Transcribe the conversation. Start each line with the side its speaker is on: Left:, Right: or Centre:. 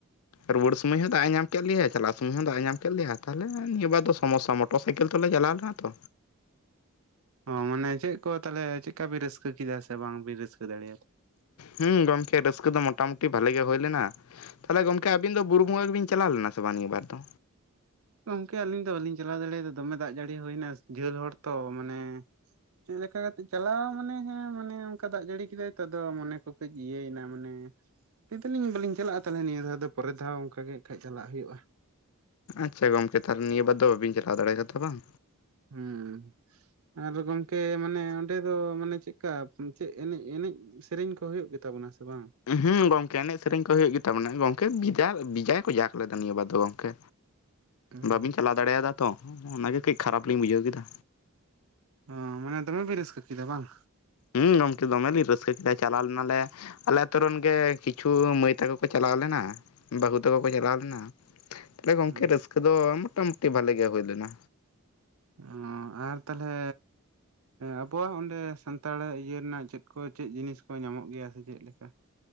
Left: ᱨᱩᱣᱟᱹᱲ ᱥᱚᱢᱚᱭ ᱦᱚᱸ ᱫᱟᱜ ᱮ ᱧᱟᱢ ᱠᱮᱫ ᱞᱮᱭᱟᱭ ᱪᱟᱞᱟᱜ ᱥᱩᱢᱚᱭ ᱦᱚᱸ ᱫᱟᱜ ᱮ ᱧᱟᱢ ᱠᱮᱫ ᱞᱮᱭᱟ ᱛᱟᱦᱚᱞ ᱱᱤᱭᱟᱹ ᱵᱟᱨ ᱫᱚ ᱥᱚᱢᱥᱥᱟ ᱢᱚᱴᱚᱨ ᱥᱟᱭᱠᱮᱞ ᱛᱮᱞᱮ ᱪᱟᱞᱟᱣ ᱞᱮᱱᱟ ᱛᱚ᱾
Right: ᱚ ᱢᱟᱱᱮ ᱪᱮᱫ ᱠᱚ ᱛᱟᱦᱞᱮ ᱪᱮᱫᱠᱟ ᱵᱤᱱ ᱨᱟᱹᱥᱠᱟᱹ ᱠᱮᱫᱟ ᱥᱮ ᱵᱟᱝᱵᱤᱱ ᱨᱟᱹᱥᱠᱟᱹ ᱫᱟᱲᱮᱭᱟᱫᱟ
Left: ᱦᱮᱸ ᱜᱚᱢᱠᱮ ᱨᱟᱹᱥᱠᱟᱹ ᱫᱚ ᱢᱚᱴᱟᱢᱩᱴᱤ ᱵᱷᱟᱞᱮ ᱜᱮ ᱦᱳᱭ ᱞᱮᱱᱟ ᱛᱟᱦᱞᱮ ᱜᱚᱢᱠᱮ ᱟᱺᱵᱤᱱ ᱫᱚ ᱵᱩᱨᱩ ᱵᱚᱸᱜᱟ ᱫᱚ ᱵᱤᱱ ᱪᱟᱞᱟᱣ ᱞᱮᱱᱟ ᱥᱮ ᱵᱟᱝ ᱱᱤᱭᱟᱹ ᱵᱟᱨ ᱫᱚ?
Right: ᱜᱚᱝᱠᱮ ᱟᱹᱞᱤᱧ ᱫᱚ ᱵᱟᱹᱞᱤᱧ ᱪᱟᱞᱟᱣ ᱫᱟᱲᱮᱭᱟᱫᱟ ᱫᱚᱢᱮ ᱫᱟᱜ ᱡᱟᱹᱲᱤ ᱦᱳᱭᱱᱟ ᱡᱷᱟᱹᱞ ᱦᱚᱲ ᱛᱚ ᱢᱟᱱᱮ ᱪᱮᱫ ᱞᱮᱠᱟ ᱠᱟᱛᱮᱜ ᱪᱟᱞᱟᱣ ᱢᱟᱱᱮ ᱦᱮᱸ ᱢᱟᱱᱮ ᱚᱱᱠᱟ ᱫᱟᱜ ᱡᱟᱹᱲᱤ ᱠᱮᱫᱟᱭ ᱛᱫᱚ ᱢᱚᱱᱮ ᱠᱚ ᱠᱟᱹᱡ ᱤᱭᱟᱹᱭᱱᱟ ᱢᱟᱱᱮ ᱞᱟᱹᱭ ᱫᱟᱞᱤᱧ ᱵᱟᱞᱤᱧ ᱪᱟᱞᱟᱜᱼᱟ ᱛᱟᱦᱚᱞᱮ ᱱᱤᱭᱟᱹ ᱫᱷᱟᱣ ᱫᱚ ᱯᱚᱨᱮ ᱫᱷᱟᱣ ᱚᱱᱠᱟ ᱜᱮ ᱠᱷᱟᱡ ᱪᱟᱞᱟᱜ ᱦᱳᱭᱳᱜᱼᱟ᱾
Left: ᱟᱪᱪᱷᱟ ᱜᱚᱢᱠᱮ ᱛᱟᱦᱞᱮ ᱱᱤᱭᱟᱹ ᱵᱟᱨ ᱫᱚ ᱵᱟᱵᱤᱱ ᱪᱟᱞᱟᱣ ᱫᱟᱲᱮ ᱠᱟᱫᱟ ᱵᱟᱝ
Right: ᱦᱩᱸ ᱟᱫᱚ ᱜᱚᱝᱠᱮ ᱢᱟᱱᱮ ᱚᱸᱰᱮ ᱫᱚ ᱢᱟᱱᱮ ᱪᱮᱫᱠᱟ ᱪᱮᱫ ᱮᱱᱮᱡ ᱮᱱᱮᱡ ᱥᱮᱨᱮᱧ ᱠᱚ ᱦᱳᱭᱳᱜ ᱜᱮᱛᱟᱵᱚᱱᱟ ᱥᱮ ᱵᱟᱝ?
Left: ᱦᱩᱸ ᱜᱚᱢᱠᱮ ᱮᱱᱮᱡ ᱥᱮᱨᱮᱧ ᱠᱚ ᱦᱳᱭᱳᱜ ᱜᱮᱛᱟᱵᱚᱱᱟ ᱜᱚᱝᱠᱮ ᱵᱮᱡᱟᱭ ᱠᱚ ᱡᱟᱠ ᱞᱮᱫᱟ ᱱᱤᱭᱟᱹ ᱵᱷᱟᱨ ᱫᱚ ᱜᱚᱝᱠᱮ
Right: <inaudible> ᱦᱩᱸ
Left: ᱵᱟᱹᱵᱤᱱ ᱪᱟᱞᱟᱣ ᱫᱟᱲᱮᱭᱟᱫᱟ ᱛᱚ ᱚᱱᱟᱜᱮ ᱠᱟᱹᱡ ᱠᱷᱟᱨᱟᱯ ᱞᱤᱧ ᱵᱩᱡᱷᱟᱹᱣ ᱠᱮᱫᱟ
Right: ᱚ ᱢᱟᱱᱮ ᱫᱚᱢᱮ ᱵᱮᱱ ᱨᱟᱹᱥᱠᱟᱹ ᱠᱮᱫᱟ ᱵᱟᱝ?
Left: ᱦᱩᱸ ᱜᱚᱢᱠᱮ ᱫᱚᱢᱮ ᱞᱤᱧ ᱨᱟᱹᱥᱠᱟᱹ ᱠᱮᱫᱟ ᱪᱟᱞᱟᱣ ᱞᱮᱱᱟᱞᱮ᱾ ᱟᱞᱮ ᱟᱛᱳ ᱨᱮᱱ ᱜᱮ ᱠᱤᱪᱷᱩ ᱢᱟᱹᱭ ᱛᱟᱠᱚ ᱠᱚ ᱪᱟᱞᱟᱣ ᱞᱮᱱᱟ᱾ ᱵᱟᱹᱦᱩ ᱛᱟᱠᱚ ᱠᱚ ᱪᱟᱞᱟᱣ ᱞᱮᱱᱟ, ᱛᱟᱦᱞᱮ ᱜᱚᱝᱠᱮ
Right: ᱦᱩᱸ
Left: ᱨᱟᱹᱥᱠᱟᱹ ᱫᱚ ᱢᱚᱴᱟ ᱢᱩᱴᱤ ᱵᱷᱟᱞᱮ ᱜᱮ ᱦᱳᱭ ᱞᱮᱱᱟ᱾
Right: ᱚ ᱟᱨ ᱛᱟᱦᱞᱮ ᱟᱵᱚᱣᱟᱜ ᱚᱸᱰᱮ ᱥᱟᱱᱛᱟᱲ ᱤᱭᱟᱹ ᱨᱮᱱᱟᱜ ᱪᱮᱫ ᱠᱚ ᱪᱮᱫ ᱡᱤᱱᱤᱥ ᱠᱚ ᱧᱟᱢᱚᱜ ᱜᱮᱭᱟ ᱥᱮ ᱪᱮᱫ ᱞᱮᱠᱟ